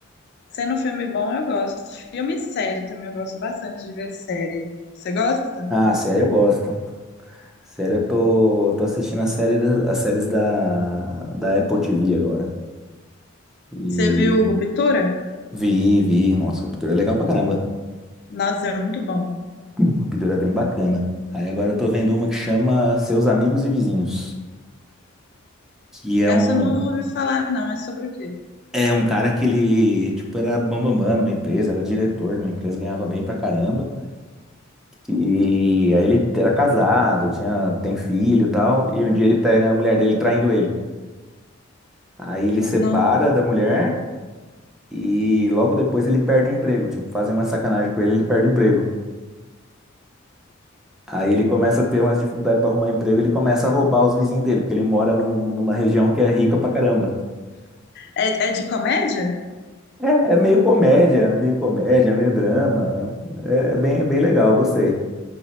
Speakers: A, on the left; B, in the centre.
A: sendo um filme bom, eu gosto. Filme e série também eu gosto bastante de ver série. Você gosta?
B: Ah, sério, eu gosto. Sério, eu tô, tô assistindo a série, da- as séries da, da Apple TV agora. E
A: Você viu Ruptura?
B: vi, vi. Nossa, a pintura é legal pra caramba.
A: Nossa, é muito bom.
B: Hum, A pintura é bem bacana. Aí agora eu tô vendo uma que chama Seus Amigos e Vizinhos. Que é
A: Essa
B: um,
A: eu não ouvi falar, não, mas sobre o quê?
B: é um cara que ele, tipo, era bambambam numa empresa, era o diretor de uma empresa, ganhava bem pra caramba. E aí ele era casado, tinha, tem filho e tal. E um dia ele pega a mulher dele traindo ele. Aí ele separa
A: Não.
B: da mulher. E logo depois ele perde o emprego. Tipo, fazem uma sacanagem com ele, ele perde o emprego. Aí ele começa a ter umas dificuldades para arrumar emprego, ele começa a roubar os vizinhos dele, porque ele mora num- numa região que é rica pra caramba.
A: É, é de comédia?
B: É, é meio comédia, meio comédia, meio drama. É bem, bem legal, eu gostei.